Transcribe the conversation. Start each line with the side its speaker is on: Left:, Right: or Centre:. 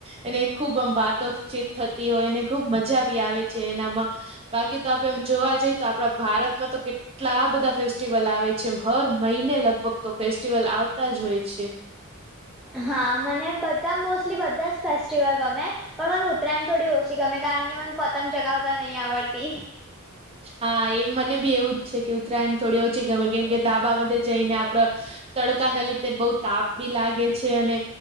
Right: અને ખુબ આમ વાતોચીત થતી હોય ખુબ મજા ભી આવે છે એનામાં બાકી તો આપણે એમ જોવા જઈએ તો આપણા ભારતમાં તો કેટલા એટલા બધા ફેસ્ટિવલ આવે છે એ હર મહિને લગભગ તો ફેસ્ટિવલ આવતા જ હોય છે
Centre: હા મને બધા મોસ્ટલી બધા જ ફેસ્ટિવલ ગમે પણ મને ઉત્તરાયણ થોડી ઓછી ગમે કારણ કે મને પતંગ ચગાવતા નહી આવડતી
Right: હા એમ મને બી એવું જ છે કે ઉત્તરાયણ થોડી ઓછી ગમે કેમ કે ધાબામાં જઈને આપણે તડકા ના લીધે બહુ તાપ બી લાગે છે અને